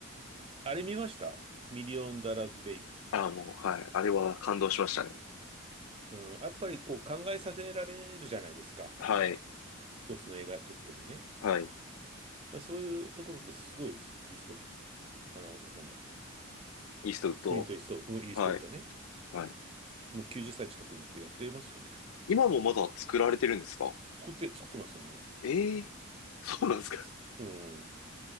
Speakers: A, on the right; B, on the left.
A: あれ見ましたミリオンダラーズ・ベイビ
B: ああ、もう、はい。あれは感動しましたね。
A: ー。うん、やっぱりこう考えさせられるじゃないですか。
B: はい。
A: 一つの映画撮ってもね。だか
B: はい。
A: らそういうところってすごいです。クリスト、あの、なんだ。
B: イーストウッド。
A: クリント・イースト、うんイーストウッドね。
B: はい。はい。
A: もう90歳近くになってやってますよね。
B: 今もまだ作られてるんですか
A: 作って、作ってますよね。
B: ええーそうなんですか。
A: すうん。